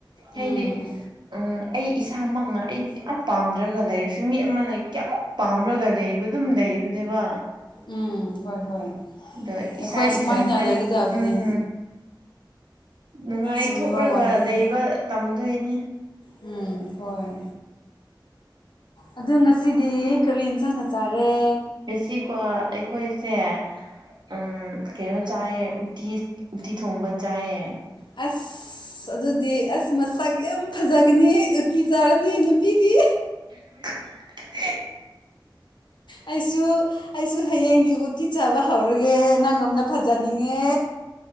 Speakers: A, on the left; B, on the right.
A: ꯎꯝ
B: ꯍꯥꯏꯗꯤ ꯎꯝ ꯑꯩ ꯏꯁꯥꯃꯛꯅ ꯑꯩ ꯌꯥꯝ ꯄꯥꯝꯗ꯭ꯔꯒ ꯂꯩꯔꯁꯨ ꯃꯤ ꯑꯃꯅ ꯀꯌꯥꯃꯨꯛ ꯄꯥꯝꯔꯒ ꯂꯩꯕ ꯑꯗꯨꯝ ꯂꯩꯕ ꯅꯦꯕ
A: ꯎꯝ ꯍꯣꯏ ꯍꯣꯏ
B: ꯑꯗꯣ ꯏꯁꯥ
A: ꯑꯩꯈꯣꯏ ꯁꯨꯃꯥꯏꯅ
B: ꯏꯊꯟ ꯇ
A: ꯂꯩꯒꯗꯕꯅꯤ
B: ꯎꯝ ꯅꯨꯡꯉꯥꯏꯊꯣꯛꯂꯒ
A: ꯆꯨꯝꯕ ꯋꯥꯅꯤ
B: ꯂꯩꯕ ꯇꯝꯗꯣꯏꯅꯦ
A: ꯎꯝ ꯍꯣꯏ ꯑꯗꯨ ꯉꯁꯤꯗꯤ ꯀꯔꯤ ꯏꯟꯁꯥꯡꯅ ꯆꯥꯔꯦ
B: ꯉꯁꯤꯀꯣ ꯑꯩꯈꯣꯏꯁꯦ ꯎꯝ ꯀꯩꯅꯣ ꯆꯥꯏ ꯎꯇꯤ ꯎꯇꯤ ꯊꯣꯡꯕ ꯆꯥꯏꯌꯦ
A: ꯑꯁ ꯑꯁ ꯑꯗꯨꯗꯤ ꯑꯁ ꯃꯁꯥꯛ ꯌꯥꯝ ꯐꯖꯒꯅꯤ ꯎꯇꯤ ꯆꯥꯔꯗꯤ ꯅꯨꯄꯤꯗꯤ
B: <inaudible>
A: ꯑꯩꯁꯨ ꯑꯩꯁꯨ ꯍꯌꯦꯡꯗꯤ ꯎꯇꯤ ꯆꯥꯕ ꯍꯧꯔꯒꯦ ꯅꯪꯒꯨꯝꯅ ꯐꯖꯅꯤꯡꯉꯦ